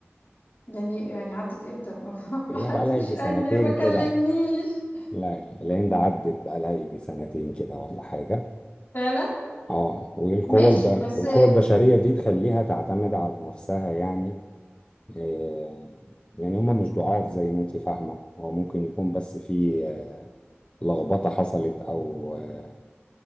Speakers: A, on the left; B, on the left.
A: يعني يعني عدت إمتى <laughs>
B: بقى
A: ما حدش
B: لها يجي
A: قال
B: سنتين
A: لي ما كلمنيش
B: كده لا العين ده عدت بقى لها يجي سنتين كده ولا حاجة
A: فعلا
B: اه والقوة
A: ماشي
B: الب...
A: بس
B: والقوة البشرية دي تخليها تعتمد على نفسها يعني آه يعني هما مش ضعاف زي ما انت فاهمة هو ممكن يكون بس في آه، لخبطة حصلت أو آه،